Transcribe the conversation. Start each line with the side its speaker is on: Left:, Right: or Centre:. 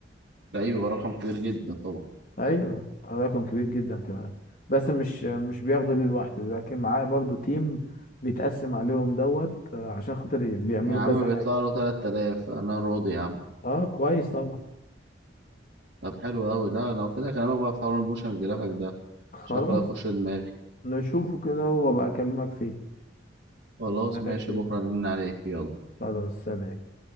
Right: ده أيوه رقم كبير جدا طبعا
Left: ايوه رقم كبير جدا كمان بس مش مش بياخده ليه لوحده لكن معاه برضه تيم بيتقسم عليهم دوت آه، عشان خاطر بيعملوا
Right: يا عم
Left: كذا حاجه
Right: بيطلع له 3000 أنا راضي يا عم
Left: اه كويس طبعا
Right: طب حلو أوي لا لو كده كلامك بقى في حوار الموشن جرافيك ده
Left: خلاص
Right: شكله هيخش دماغي
Left: نشوفه كده وابقى اكلمك فيه
Right: خلاص
Left: ماشي
Right: ماشي بكرة نرن عليك يلا
Left: خلاص سلام